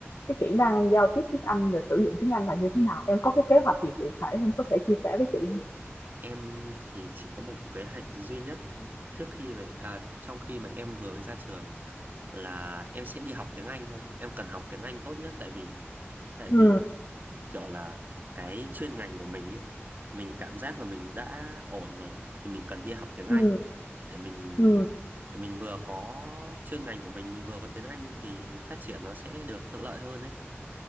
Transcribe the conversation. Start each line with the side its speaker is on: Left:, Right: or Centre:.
Left: cái kỹ năng giao tiếp tiếng Anh rồi sử dụng tiếng Anh là như thế nào? Em có cái kế hoạch gì cụ thể em có thể chia sẻ với chị không?
Right: em thì chỉ có một kế hoạch duy nhất trước khi mà à, trong khi mà em vừa mới ra trường là em sẽ đi học tiếng Anh thôi em cần học tiếng Anh tốt nhất tại vì tại vì
Left: Ừ,
Right: kiểu là cái chuyên ngành của mình ấy mình cảm giác là mình đã ổn rồi thì mình cần đi học tiếng Anh
Left: ừ,
Right: để mình
Left: ừ,
Right: để mình vừa có chuyên ngành của mình mình vừa có tiếng Anh thì phát triển nó sẽ được thuận lợi hơn ấy